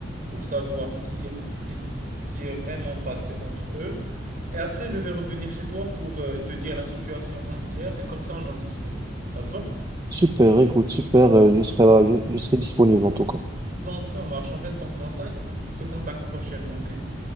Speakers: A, on the right; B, on the right.
A: pour savoir ce qui, ce qui, ce qui est vraiment passé entre eux. Et après, je vais revenir chez toi pour euh, te dire la situation entière et comme ça, on en discute. Ça te va?
B: Super, écoute, super. euh, je serai là, je je serai disponible en tout cas.
A: Donc, ça marche, on reste en contact. Je te contacte prochainement, ok?